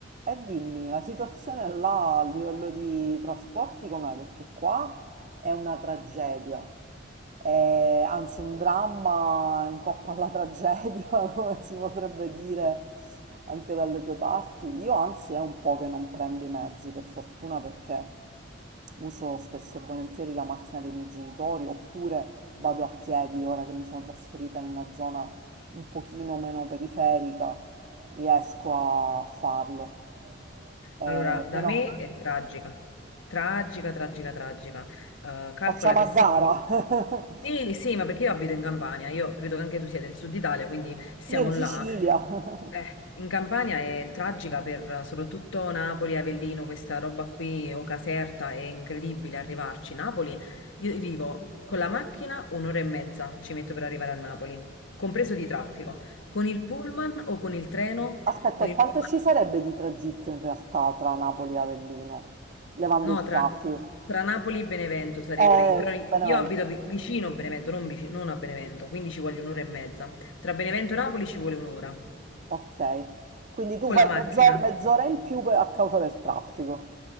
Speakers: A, on the right; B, on the left.
A: E dimmi, la situazione là a livello di trasporti com'è? Perché qua è una tragedia, Eh, anzi un dramma in coppa alla tragedia, <laughs> come si potrebbe dire anche dalle tue parti. Io anzi è un po' che non prendo i mezzi, per fortuna perché... Uso spesso e volentieri la macchina dei miei genitori oppure vado a piedi, ora che mi sono trasferita in una zona un pochino meno periferica, riesco a farlo. Eh,
B: Allora, da
A: però
B: me è tragica, tragica, tragica, tragica. Eh, calcola
A: facciamo
B: che
A: a
B: se
A: gara.
B: devi... Sì, sì, ma perché io abito in Campania, io credo che anche tu sia del sud Italia, quindi
A: <laughs>
B: siamo
A: Io in Sicilia.
B: là. Eh, in Campania è tragica per eh, soprattutto Napoli, Avellino, questa roba qui, o Caserta, è incredibile arrivarci. Napoli, io vivo con la macchina un'ora e mezza ci metto per arrivare a Napoli, compreso di traffico. Con il pullman o con il treno?
A: Aspetta,
B: Con
A: e
B: il
A: quanto
B: pullman...
A: ci sarebbe di tragitto in realtà tra Napoli e Avellino, levando
B: No,
A: il
B: tra,
A: traffico?
B: tra Napoli e Benevento sarebbe,
A: Eh,
B: però io
A: Benevento.
B: abito vi- vicino a Benevento, non, vici- non a Benevento, quindi ci voglio un'ora e mezza. Tra Benevento e Napoli ci vuole un'ora
A: Ok. Quindi tu
B: con
A: fai
B: la macchina.
A: mezz'ora mezz'ora in più per- a causa del traffico,